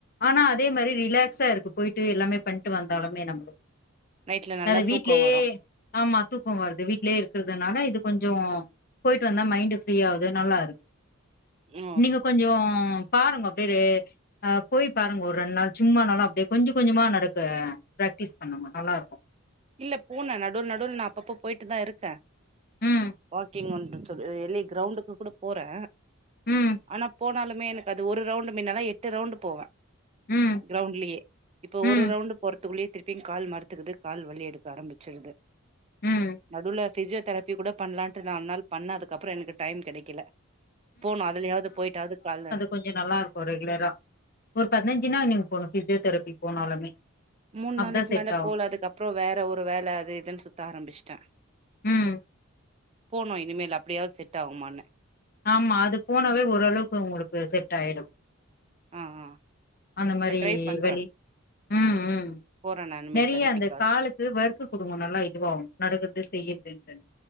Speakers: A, on the left; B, on the right.
A: ஆனா அதே மாரி ரிலாக்ஸாருக்கு போய்ட்டு எல்லாமே பண்ட்டு வந்தாலுமே நம்ளு
B: நைட்ல நல்லா
A: அது
B: தூக்கோ
A: வீட்லே
B: வரு
A: ஆமா தூக்கோ வர்து வீட்லே இருக்கற்துனால இது கொஞ்சோ போய்ட்டு வந்தா மைண்டு ஃப்ரீயாவுது நல்லாரு
B: ஓ
A: நீங்க கொஞ்சோ பாருங்க பேரு ஆ போய் பாருங்க ஒரு ரெண்நாள் சும்மானாலு அப்டே கொஞ்ச கொஞ்சமா நடக்க பிராக்டிஸ் பண்ணுங்க நல்லாருக்கு
B: இல்ல போனே நடுல் நடுல்ல நா அப்பப்ப போய்ட்டு தாருக்கே
A: ம்
B: வா <unintelligible> வெளிய கிரௌண்டுக்கு கூட போறே
A: ம்
B: ஆனா போனாலுமே எனக்கு அது ஒரு ரவுண்டு மின்னலா எட்டு ரவுண்டு போவே
A: ம்
B: க்ரௌண்ட்லயே இப்போ
A: ம்
B: ஒரு ரவுண்டு போறதுக்குள்ளயே திருப்பியு கால் மரத்துக்குது கால் வலி எடுக்க ஆரம்பிச்சிருது
A: ம்
B: நடுவுல பிசியோதெரபி கூட பண்லான்ட்டு நால் நாள் பண்ணே அதுக்கப்றோ எனக்கு டைம் கெடைக்கல போனு அதுலயாவ்து போய்ட்டாவ்து கால்ல
A: கொஞ்சோ நல்லாருக்கு ரெகுலரா ஒரு பத்னஞ்சு நாள் நீங்க போனு பிசியோதெரபி போனாலுமே
B: மூன்
A: அப்பதான்
B: நாளைக்
A: செட்
B: மேல
A: ஆகும்.
B: போல அதுக்கப்றோ வேற ஒரு வேல அது இதுன் சுத்த ஆரம்பிச்ட்டே
A: ம்.
B: போனு இனிமேல் அப்டியாவ்து செட்டாகுமானு
A: ஆமா அது போனாவே ஓரளவுக்கு உங்ளுக்கு செட்டாய்டு
B: ஆ ஆ
A: அந்த மாரி
B: ட்ரை பண்றே
A: வலி‌ ம் ம்
B: போறே நா இனிமேல்
A: நறியா
B: தெரபிக்காக
A: அந்த காலு க்கு வர்க்கு குடுங்க நல்லா இதுவாவு நடக்கற்து செய்யற்து